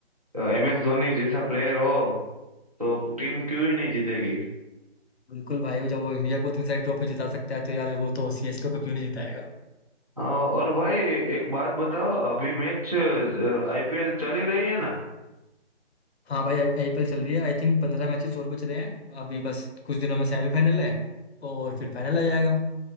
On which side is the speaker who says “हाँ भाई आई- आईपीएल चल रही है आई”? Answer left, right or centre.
Left